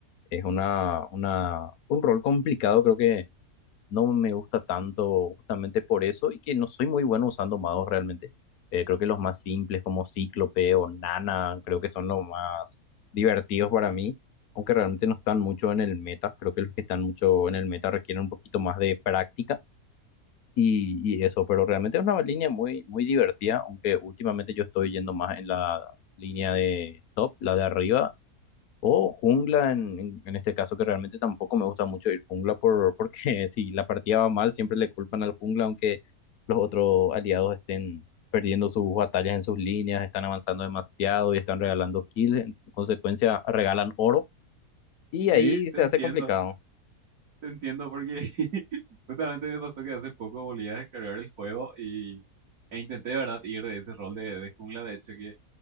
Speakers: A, on the left; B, on the right.
A: Es una, una, un rol complicado, creo que no me gusta tanto justamente por eso y que no soy muy bueno usando magos realmente. Eh, creo que los más simples como Cíclope o Nana, creo que son los más divertidos para mí, aunque realmente no están mucho en el meta, creo que los que están mucho en el meta requieren un poquito más de práctica y, y eso, pero realmente es una línea muy, muy divertida, aunque últimamente yo estoy yendo más en la línea de top, la de arriba, o jungla en, en- en este caso, que realmente tampoco me gusta mucho ir jungla por, porque <laughs> si la partida va mal, siempre le culpan al jungla, aunque los otros aliados estén perdiendo sus batallas en sus líneas, están avanzando demasiado y están regalando kills, en consecuencia regalan oro, y
B: Sí,
A: ahí
B: te
A: se
B: entiendo.
A: hace complicado.
B: Te entiendo porque <laughs> justamente me pasó que hace poco volví a descargar el juego y, e intenté, de ¿verdad?, ir de ese rol de, de jungla. De hecho, que